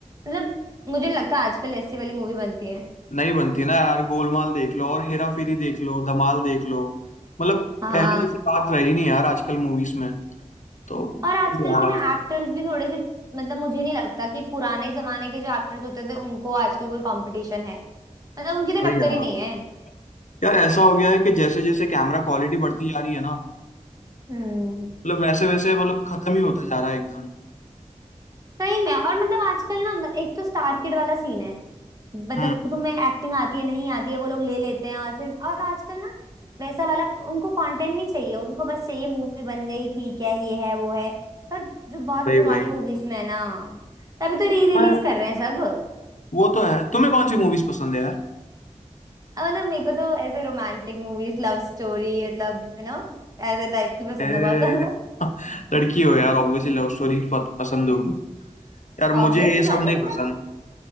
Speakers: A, on the right; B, on the left.
A: मतलब मुझे नहीं लगता आजकल ऐसी वाली मूवी बनती है
B: नहीं बनती ना यार गोलमाल देख लो और हेरा फेरी देख लो धमाल देख लो मतलब
A: हाँ
B: पहले जैसी बात रही नहीं यार आजकल मूवीज में तो वही
A: और आजकल
B: यार
A: के ना एक्टर्स भी थोड़े से मतलब मुझे नहीं लगता कि पुराने जमाने के जो एक्टर्स होते थे उनको आजकल कोई कंपटीशन है मतलब उनकी तो
B: वही
A: टक्कर
B: यार
A: ही नहीं है
B: यार ऐसा हो गया है कि जैसे जैसे कैमरा क्वालिटी बढ़ती जा रही है ना
A: हम्म
B: मतलब वैसे वैसे मतलब खत्म ही होता जा रहा है एकदम
A: सही में और मतलब आजकल ना म- एक तो स्टार किड वाला सीन है मतलब
B: हम्म
A: तुम्हें एक्टिंग आती है नहीं आती है वो लोग ले लेते हैं और फिर और आजकल ना वैसा वाला उनको कंटेंट नहीं चाहिए उनको बस चाहिए मूवी बन गई ठीक है ये है वो है पर जो बहुत
B: वही
A: पुरानी
B: वही
A: मूवीज में है ना तभी तो री रिलीज
B: पर
A: कर रहे हैं सब
B: वो तो है तुम्हें कौन सी मूवीज पसंद है यार
A: अब मतलब मेरे को तो ऐसे romantic movies love story मतलब you know ऐसे टाइप की पसंद
B: ए,
A: है बहुत <laughs> है ना
B: <laughs> लड़की हो यार ऑब्वियसली लव स्टोरी पसंद होगी यार
A: ऑब्वियस
B: मुझे ये
A: <laughs> सी बात
B: सब नहीं
A: है मतलब
B: पसंद